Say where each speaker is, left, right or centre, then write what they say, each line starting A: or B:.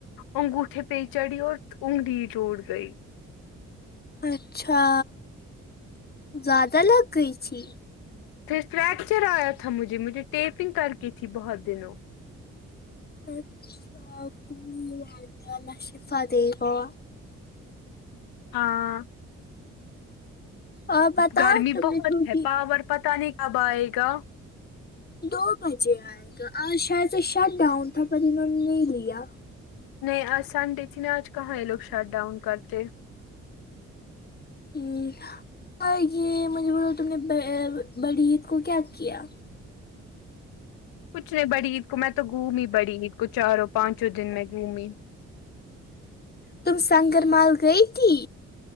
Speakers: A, on the left; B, on the left.
A: انگوٹے پی چڑھی اور انگنی ٹوٹ گئی
B: اچھا زیادہ لگ گئی تھی
A: پھر فریکچر آیا تھا مجھے مجھے ٹیپنگ کر کے تھی بہت دنوں
B: اچھا کوئی نے اللہ شفاء دیگا
A: ہاں
B: اور بتاؤ
A: گرمی
B: تم
A: بہت
B: نے چھوٹی
A: ہے پاور پتہ نہیں کب آئے گا
B: دو بجے آئے گا اور شاید سے شٹ ڈاؤن تھا پر انہوں نے نہیں لیا
A: نہیں آج سنڈے تھی نا آج کہاں ہے لوگ شٹ ڈاؤن کرتے
B: ھمم اور یہ مجھے بولوتم نے بڑی عید کو کیا کیا
A: کچھ نہیں بڑی عید کو میں تو گھومی بڑی عید کو چاروں پانچوں دن میں گھومی
B: تم سنگر مال گئی تھی